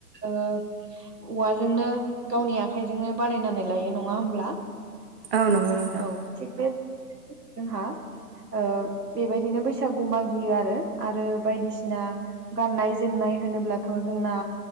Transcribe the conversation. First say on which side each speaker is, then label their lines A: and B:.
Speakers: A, on the right (about 75°); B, on the right (about 35°).
A: औवाजोंनो गावनि आ खाइजोंनो बानायनानै लायो नङा होमब्ला
B: आ नंगौ नोंथां
A: औ थिग बे <unintelligible> जोंहा ओ बेबायदिनो बैसागु मागियो आरो आरो बायदिसिना गाननाय जोमनाय होनोब्लाथ' जोंना